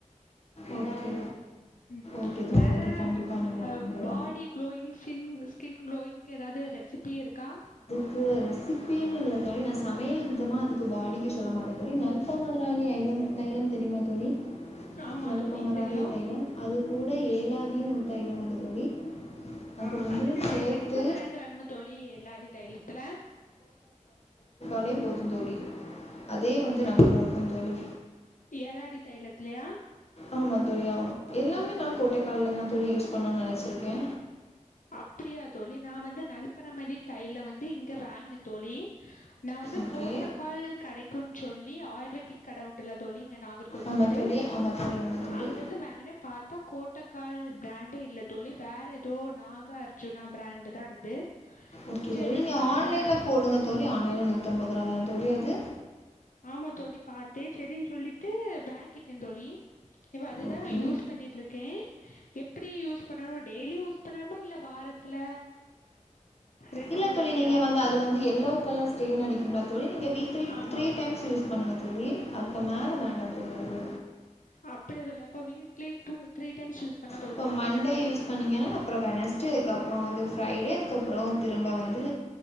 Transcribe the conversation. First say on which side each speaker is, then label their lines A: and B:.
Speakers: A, on the left; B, on the left.
A: ஓகே
B: ம்
A: ஓகே தோழி
B: வேற
A: ஓகே கண்டிப்பாக நீங்கள்
B: ஆ
A: வந்து
B: பாடி குளோயிங் சின் மிஸ் ஸ்கின் குளோயிங்க்கு ஏதாது ரெசிபி இருக்கா
A: கு ரெசிபின்னு இல்ல தோழி நா சமையல் நிமித்தமா அதுக்கு பாடிக்கு சொல்ல மாட்டே தோழி நல்தமராதி ஐலம் <unintelligible> தைலம் தெரியுமா தோழி
B: ஆமா
A: நல்பமராதி
B: தோழி தெரியு
A: தைலம் அது கூட ஏலாதீன்னு ஒரு தைலம் உண்டு தோழி அது
B: ஆ
A: ரெண்டையும்
B: அதுல
A: சேர்த்து
B: எந்தப் பிராண்ட் வாங்கணு தோழி ஏலாதீ தைலத்துல
A: அதுவே போதுந் தோழி அதே வந்து
B: அப்டி
A: நல்லா இருக்கும் தோழி
B: ஏலாதீ தைலத்லையா
A: ஆமா தோழி ஆமா எல்லாமே நா கோட்டைக்கால்ல தான் தோழி யூஸ் பண்ணுனு நெனைச்சிருக்கே
B: அப்டியா தோழி நா வந்து நல்பறமதி தைலோ வந்து இங்க வாங்குனே தோழி நா வந்து
A: ஓகே
B: கோட்டக்கால் கெடைக்குன்னு சொல்லி ஆயுர்வேதிக் கட உண்டுல தோழி இங்க நாகர்கோயில்
A: ஆமாம்
B: சைடு
A: தோழி ஆமாம் தோழி ஆமாம் தோழி
B: அங்கருந்து வாங்குனே பாத்தா கோட்டக்கால் பிராண்ட் டு இல்ல தோழி வேற எதோ நாக அர்ஜுனா பிராண்ட்தா இருந்து
A: ஓகே
B: செரின்
A: தோழி நீங்க
B: சொல்லி
A: ஆன்லைன்ல
B: வாங்
A: போடுங்க தோழி ஆன்லைன்ல நூத்தம்பது ரூவாதா தோழி அது
B: ஆமா தோழி பாத்தே செரின்னு சொல்லிட்டு வேங்கிட்டே தோழி இப்ப அதுதா
A: ஓகே.
B: யூஸ் பண்ணீட்டுருக்கே எப்டி யூஸ் பண்ணணு டெய்லி யூஸ் பண்ணணுமா இல்ல வாரத்துல ரெண்டு
A: இல்ல
B: மூணு
A: தோழி
B: நாளைக்கா
A: நீங்க வந்து அது வந்து எல்லோ கலர் ஸ்டேன்னு அடிக்கும்லா தோழி நீங்க வீக்லி
B: ஆமா
A: த்ரீ டைம்ஸ் யூஸ் பண்ணுங்க தோழி அதுக்கு மேல வேண்டா தோழி அது
B: அப்புடி எது இல்லயா அப்ப weekly two three times use பண்ணா போதுமா
A: இப்ப மண்டே யூஸ் பண்ணீங்கன்னா அப்பறோ வெனஸ்டே அதுக்கப் ப்றோ வந்து ஃப்ரைடே அதுக்கப்பறோ திரும்ப வந்து